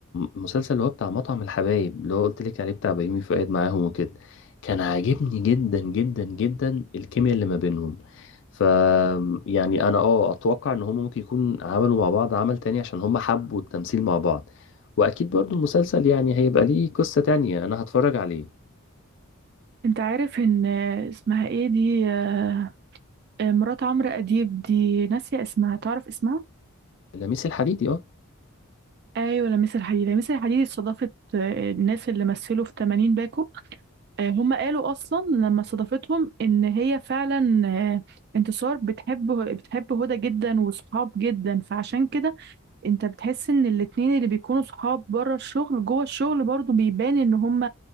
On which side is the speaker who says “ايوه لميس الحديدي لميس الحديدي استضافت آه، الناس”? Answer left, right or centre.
Right